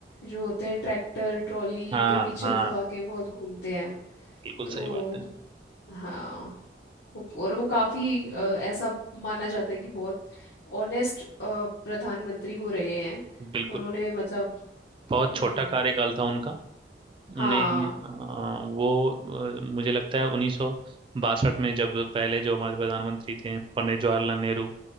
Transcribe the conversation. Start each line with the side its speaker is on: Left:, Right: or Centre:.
Left: जो होते हैं ट्रैक्टर ट्रॉली
Right: हाँ
Left: इनके पीछे
Right: हाँ
Left: लिखवा के बहुत घूमते हैं
Right: बिल्कुल
Left: तो
Right: सही बात है
Left: हाँ वो- और वो काफी अ, ऐसा माना जाता है कि बहुत ऑनेस्ट प्रधानमंत्री वो रहे हैं
Right: बिल्कुल
Left: उन्होंने मतलब
Right: बहुत
Left: हम्म
Right: छोटा कार्यकाल था उनका
Left: हाँ
Right: ने अ, वो अ, मुझे लगता है उन्नीस सौ बासठ में जब पहले जो हमारे प्रधानमंत्री थे पंडित जवाहरलाल नेहरू